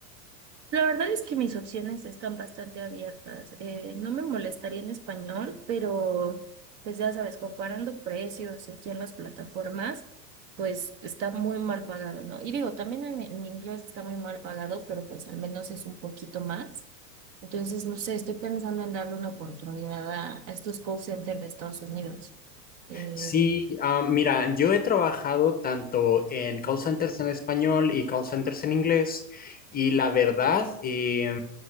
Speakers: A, on the right; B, on the left.
A: La verdad es que mis opciones están bastante abiertas. Eh, no me molestaría en español, pero pues ya sabes, comparando precios aquí en las plataformas, pues está muy mal pagado, ¿no? Y digo, también en, en inglés está muy mal pagado, pero pues al menos es un poquito más. Entonces, no sé, estoy pensando en darle una oportunidad a, a estos call centers de Estados Unidos. Eh,
B: Sí, ah, mira, yo he trabajado tanto en call centers en español y call centers en inglés y la verdad, eh,